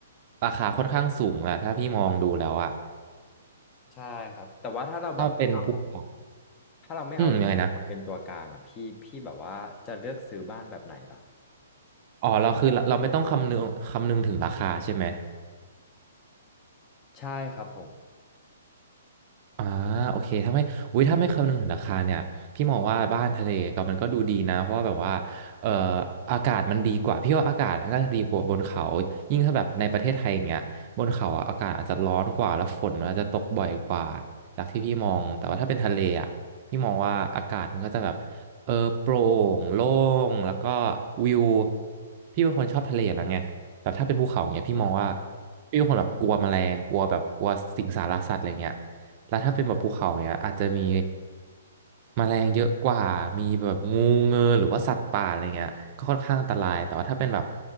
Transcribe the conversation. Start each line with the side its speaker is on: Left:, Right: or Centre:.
Right: ราคาค่อนข้างสูงอะถ้าพี่มองดูแล้วอะ
Left: ใช่ครับแต่ว่าถ้าเราแบบไม่เอา
Right: ถ้าเป็นภูเขา
Left: ถ้าเราไม่เอาหลักเป็นตัวกลางอ่ะพี่พี่แบบว่าจะเลือกซื้อบ้านแบบไหนเหรอครับ
Right: อืมยังไงนะ อ๋อ เราคือเราเราไม่ต้องคำนึงคำนึงถึงราคาใช่ไหม
Left: ใช่ครับผม
Right: อ่าโอเคถ้าไม่อุ้ยถ้าไม่คำนึงถึงราคาเนี่ยพี่มองว่าบ้านทะเลก็มันก็ดูดีนะเพราะว่าแบบว่าเอ่ออากาศมันดีกว่าพี่ว่าอากาศน่าจะดีกว่าบนเขายิ่งถ้าแบบในประเทศไทยอย่างเงี้ยบนเขาอะอากาศอาจจะร้อนกว่าแล้วฝนอาจจะตกบ่อยกว่าจากที่พี่มองแต่ว่าถ้าเป็นทะเลอ่ะพี่มองว่าอากาศมันก็จะแบบเออโปร่งโล่งแล้วก็วิวพี่เป็นคนชอบทะเลอยู่แล้วไงแบบถ้าเป็นภูเขาอย่างเงี้ยพี่มองว่า
Left: อืม
Right: พี่เป็นคนแบบกลัวแมลงกลัวแบบกลัวสิงสารสัตว์อะไรเงี้ย แล้วถ้าเป็นแบบภูเขาเนี้ยอาจจะมีแมลงเยอะกว่ามีแบบงูเงือหรือว่าสัตว์ป่าอะไรเงี้ยก็ค่อนข้างอันตรายแต่ว่าถ้าเป็นแบบ